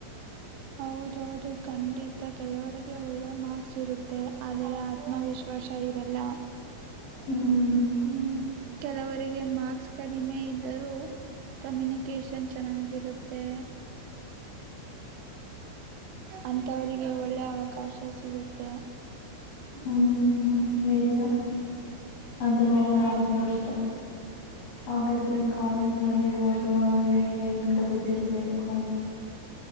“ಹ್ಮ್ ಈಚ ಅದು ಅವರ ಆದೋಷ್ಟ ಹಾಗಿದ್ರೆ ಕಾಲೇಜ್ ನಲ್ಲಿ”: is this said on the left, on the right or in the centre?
Left